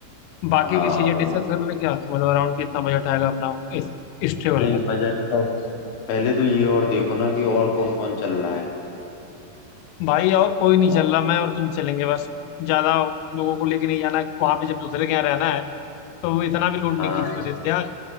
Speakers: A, on the left; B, on the left.
A: बाकी
B: हाँ
A: की चीजें
B: भाई
A: डिस्कस कर ले क्या कि मतलब अराउंड कितना बजट आएगा अपना इस इस ट्रेवल
B: नहीं
A: में
B: बजट पर पहले तो ये और देखो ना कि और कौन कौन चल रहा
A: भाई और कोई नहीं
B: है
A: चल रहा मैं और तुम चलेंगे बस ज्यादा लोगों को लेके नहीं जाना है वहां पे जब दूसरे के यहाँ रहना है तो इतना भी लोड
B: हाँ
A: नहीं किसी को देते यार